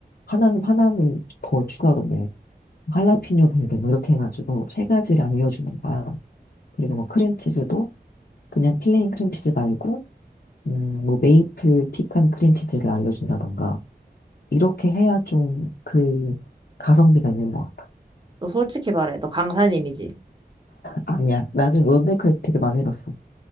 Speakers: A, on the left (about 70°); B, on the right (about 25°).
A: 하나는 하나는 더 추가로 뭐 할라피뇨 베이글 뭐 이렇게 해가지고 세 가지를 알려주는 거야. 그리고 뭐 크림치즈도 그냥 플레인 크림치즈 말고 음, 뭐 메이플 피칸 크림치즈를 알려준다던가 이렇게 해야 좀 그 가성비가 있는 것 같아.
B: 너 솔직히 말해. 너 강사님이지.
A: 아니야 나는 런데크에서 되게 많이 해봤어.